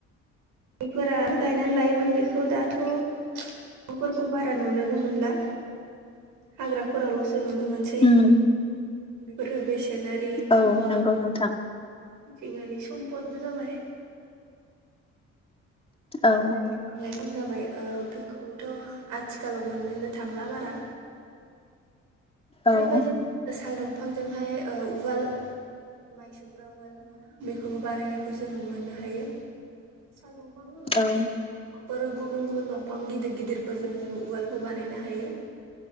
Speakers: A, on the right (about 85°); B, on the left (about 20°).
A: बेफोरा गायनानै लायोमोन बेखौ दाथ' न'खरफोरखौ बारा नुनोनो मोनला हाग्राफोरावल'सो नुनो मोनसै।
B: उम
A: बेफोरो बेसेनारि
B: औ
A: माबा
B: नंगौ नोंथां
A: मिथिंगानि सम्पदबो जाबाय। <unintelligible>
B: औ
A: थांनायखौनो <unintelligible> जाबाय बेखौथ' आथिखालाव मोननोनो थांला बारा।
B: औ
A: बेबायदिनो साल दंफांजोंहाय उवाल माइ सौग्रा उवाल दङ ना बेखौबो बानायनायखौ जों मोननो हायो। साल दंफांल' नङा
B: औ
A: सि दंफांफोर गुबुन गुबुन दंफां गिदिर गिदिरफोरजों जोङो उवालबो बानायनो हायो।